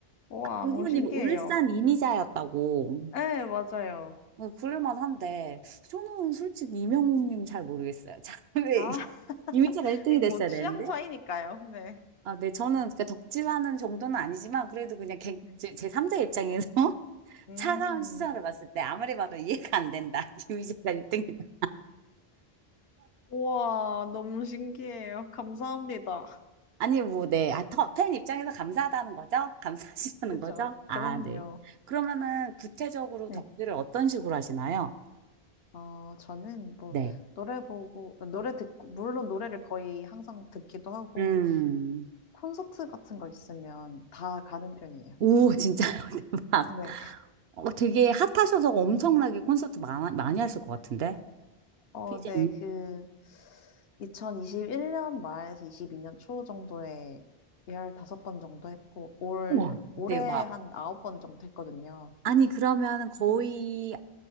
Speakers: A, on the left; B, on the right.
A: 우와,
B: 아, 그분이
A: 너무 신기해요.
B: 뭐 울산 이미자였다고.
A: 네, 맞아요.
B: 어, 그럴만 한데 저는 솔직히 이명웅 님 잘 모르겠어요. <laughs> 참, 왜
A: 아, <laughs>
B: 이미자가 1등이
A: 이거
B: 됐어야
A: 뭐 취향
B: 되는데?
A: 차이니까요. 네.
B: 아, 네, 저는 그 덕질하는 정도는 아니지만 그래도 그냥 객-
A: 네.
B: 제, 제 3자 입장에서 <laughs>
A: 음,
B: 차가운 시선을 봤을 때 아무리 봐도 이해가 안 된다. <laughs> 김희재가 1등이다.
A: 우와, 너무 신기해요. 감사합니다.
B: 아니, 뭐, 네. 아, 터- 팬 입장에서 감사하다는 거죠? 감사하시다는
A: 그죠.
B: 거죠? 아,
A: 그럼요.
B: 네. 그러면은 구체적으로
A: 네.
B: 덕질을 어떤 식으로 하시나요?
A: 어, 저는 뭐,
B: 네.
A: 노래 보고, 노래 듣고, 물론 노래를 거의 항상 듣기도 하고,
B: 음.
A: 콘서트 같은 거 있으면 다 가는 편이에요.
B: 오, 진짜요? <laughs> 대박.
A: 네.
B: 어, 되게 핫하셔서 엄청나게 콘서트 많, 많이 하실 것 같은데?
A: 어,
B: 피재님
A: 네, 그, 2021년 말에서 22년 초 정도에 15번 정도 했고, 올,
B: 우와,
A: 올해
B: 대박.
A: 한 9번 정도 했거든요.
B: 아니, 그러면 거의